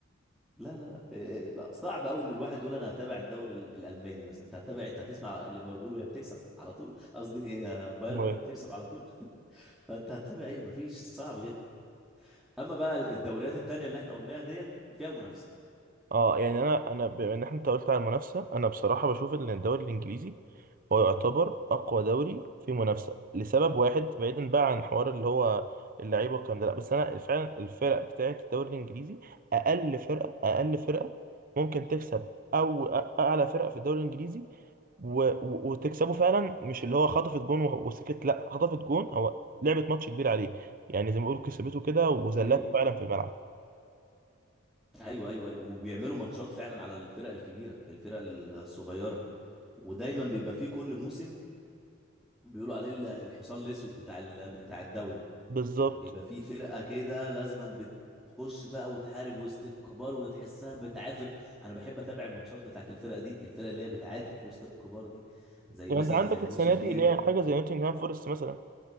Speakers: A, in the centre; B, on the right.
A: لا لا لا إيه، بقى صعب قوي ان الواحد يقول انا هتابع الدوري ال- الالماني مثلا انت هتابع انت هتسمع ليفربول وهي بتكسب على طول قصدي آه، بايرن
B: بايرن
A: وهي بتكسب على طول <laughs> فانت هتتابع ايه مفيش صعب جدا اما بقى الدوريات التانية اللي احنا قلناها ديت فيها منافسة
B: اه يعني انا انا بما ان احنا انت قلت على المنافسه انا بصراحه بشوف ان الدوري الانجليزي هو يعتبر اقوى دوري في منافسه لسبب واحد بعيدا بقى عن حوار اللي هو اللعيبه والكلام ده لا بس انا فعلا الفرق بتاعت الدوري الانجليزي اقل فرقه اقل فرقه ممكن تكسب او أ- اعلى فرقه في الدوري الانجليزي و... و- وتكسبه فعلا مش اللي هو خطفت جون وه- وسكت لا خطفت جون هو لعبت ماتش كبير عليه يعني زي ما بيقولوا كسبته كده وذلته
A: ايوه
B: فعلا في الملعب
A: ايوه ايوه ايوه وبيعملوا ماتشات فعلا على الفرق الكبيره الفرق الصغيره ودايما بيبقى فيه كل موسم بيقولوا عليه ال- الحصان الاسود بتاع ال... بتاع الدوري
B: بالظبط
A: بيبقى فيه فرقه كده لازما بتخش بقى وتحارب وسط الكبار وتحسها بتعافر انا بحب اتابع الماتشات بتاعت الفرقه دي الفرقه اللي هي بتعافر في وسط الكبار دي زي
B: يعني
A: مثلا
B: انت عندك
A: زي الموسم
B: السنه دي
A: ديت
B: اللي هي حاجه زي نوتنغهام فورست مثلا